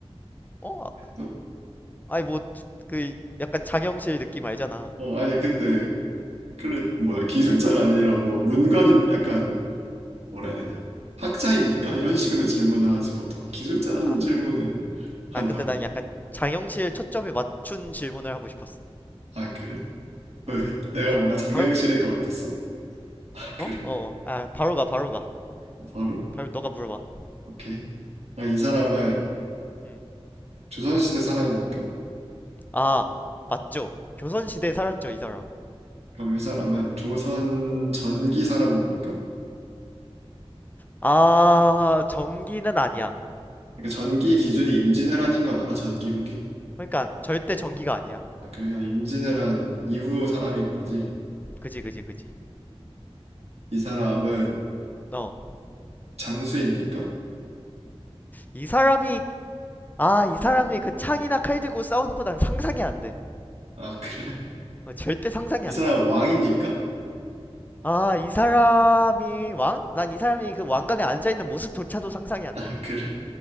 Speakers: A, on the left; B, on the right.
A: 어?
B: 응?
A: 아니, 뭐, 그, 약간 장영실 느낌 알잖아.
B: 어 아니 근데 그래 뭐야 기술자가 아니라 뭐 문관임 약간 뭐라 해야 되냐 학자입니까? 이런 식으로 질문을 하지 보통 기술자라는
A: 아,
B: 질문을 한다고?
A: 아, 근데 난 약간 장영실 초점에 맞춘 질문을 하고 싶었어.
B: 아 그래?
A: 어.
B: 왜? 내가
A: 이제
B: 뭔가
A: 바,
B: 장영실일
A: 바로,
B: 것 같았어? 아, 그래?
A: 어? 어, 어. 아, 바로 가, 바로 가.
B: 아, 바로?
A: 바로 너가 물어봐.
B: 오케이. 아, 이 사람은
A: 음.
B: 조선시대 사람입니까?
A: 아, 맞죠. 조선시대에 살았죠, 이 사람.
B: 그럼 이 사람은 조선 전기 사람입니까?
A: 아, 전기는 아니야.
B: 그러니까 전기 기준이 임진왜란인 건 알아? 전기 후기?
A: 그러니까, 절대
B: 어.
A: 전기가 아니야.
B: 아, 그러니까 임진왜란 이후 사람인 거지.
A: 그지, 그지, 그지.
B: 이 사람은
A: 어.
B: 장수입니까?
A: 이 사람이, 아, 이 사람이 그 창이나 칼 들고 싸우는 거 난 상상이 안 돼.
B: 아, <laughs> 그래?
A: 어, 절대 상상이
B: 이
A: 안
B: 사람은
A: 가.
B: 왕입니까?
A: 아, 이 사람이 왕? 난 이 사람이 그 왕관에 앉아있는 모습조차도 상상이 안
B: 아,
A: 돼.
B: 그래?